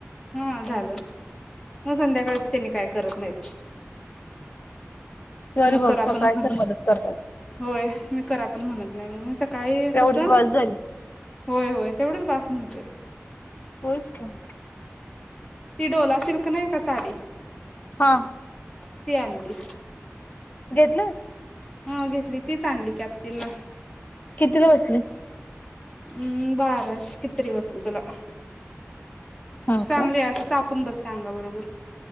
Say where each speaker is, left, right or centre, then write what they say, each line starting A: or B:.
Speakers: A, on the left; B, on the left.
A: हां झालं मग संध्याकाळच त्यांनी काय करत नाहीत.
B: तरी
A: मग
B: बघ
A: करा
B: सकाळची
A: पण म्हण
B: तर मदत करतात.
A: होय मी करा पण म्हणत नाही मग मी. काय
B: तेवढी
A: कसं.
B: बास झाली
A: होय होय तेवढंच बास म्हणतोय.
B: होयच की.
A: ती डोला सिल्क नाही का साडी.
B: हा.
A: ती आणली.
B: घेतलंस
A: हा घेतली. तीच आणली की आत्तींना.
B: कितीला बसले
A: हम्म बाराशे किती तरी बसल तिला.
B: हा
A: चांगले
B: का
A: असं चापून. चापून बसते अंगा बरोबर.